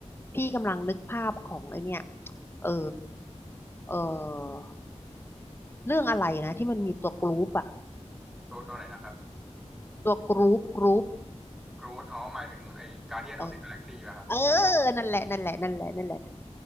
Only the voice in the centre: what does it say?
ตัวตัวไหนนะครับ
กรูดอ๋อหมายถึงไอ้ Guardian
of the Galaxy ป่ะครับ